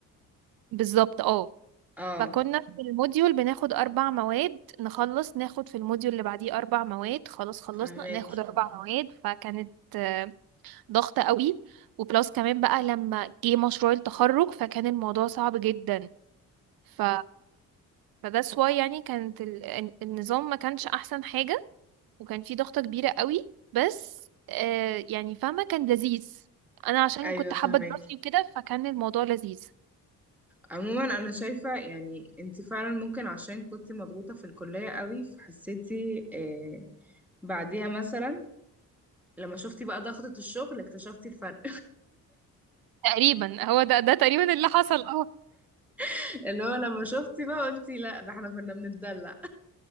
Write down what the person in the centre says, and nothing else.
اه
فاهمك
ايوه
فاهمك
عموما انا شايفه يعني انت فعلا ممكن عشان كنت مضغوطه في الكليه قوي فحسيتي آه بعديها مثلا لما شفتي بقى ضغطه الشغل اكتشفتي الفرق
<laughs> اللي هو لما شفتي بقى قلتي لا ده احنا كنا بنتدلع